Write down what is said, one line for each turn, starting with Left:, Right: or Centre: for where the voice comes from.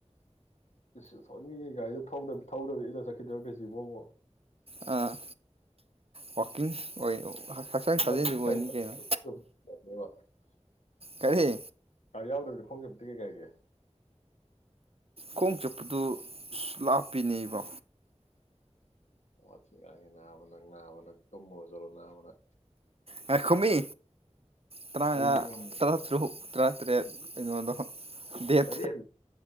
Left: ꯏꯁ ꯁꯒꯤ ꯒꯥꯔꯤꯗ ꯊꯧꯗꯅꯕ ꯏꯅ ꯆꯠꯈꯤꯗꯔ ꯀꯔꯤꯁꯤꯕꯣꯃꯣ
Right: ꯑꯥ ꯋꯥꯀꯤꯡ ꯑꯣꯏ
Left: ꯑꯗꯨ
Right: ꯍꯛꯆꯥꯡ ꯁꯥꯖꯦꯜꯁꯨ ꯑꯣꯏꯅꯤ ꯀꯩꯅꯣ ꯀꯔꯤ
Left: ꯌꯥꯎꯗ꯭ꯔꯕꯗꯤ ꯈꯣꯡꯖꯕꯗꯤ ꯀꯩ ꯀꯥꯏ ꯀꯦ
Right: ꯈꯣꯡ ꯆꯠꯄꯗꯨ ꯁ ꯂꯥꯞꯄꯤꯅꯦꯕ
Left: ꯑꯣ ꯊꯦꯣ ꯃ ꯆꯂꯣꯅ
Right: ꯉꯈꯨꯝꯃꯤ ꯇꯔꯥꯉꯥ
Left: ꯀꯔꯤꯒꯤꯅꯣꯃꯤ
Right: ꯇꯔꯥꯇꯔꯨꯛ ꯇꯔꯥꯇꯔꯦꯠ ꯑꯩꯉꯣꯟꯗ ꯗꯦꯠ
Left: ꯀꯔꯤ